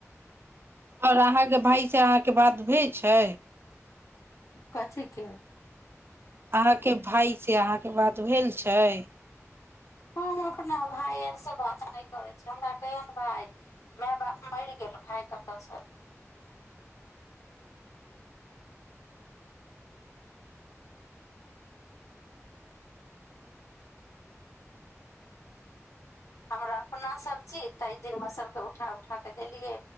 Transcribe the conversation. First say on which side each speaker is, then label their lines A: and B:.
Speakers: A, on the right; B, on the left.
A: आओर अहाँके भाय से अहाँके बात हो छै
B: कथि के
A: अहाँके भायसँ अहाँके बात भेल छै
B: हम अपना भाय अरसँ बात नहि करै छिय हमरा कहियनि भाय माय बाप मरि गेल भाय कतयसँ हमरा अपनासभ छी ताहि दिनमे सभकेँ उठा उठा कऽ देलियै